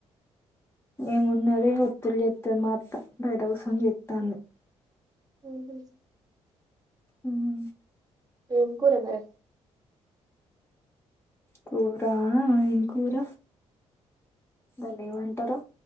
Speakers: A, on the left; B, on the right.
A: ఏమున్నది ఒత్తులు చేతది మా అత్త బయట కూసోని చేతంది
B: ఉహు
A: ఉహు
B: ఎం కూర మరే
A: కూరా ఎమ్ కూర దాన్ని ఏమంటారు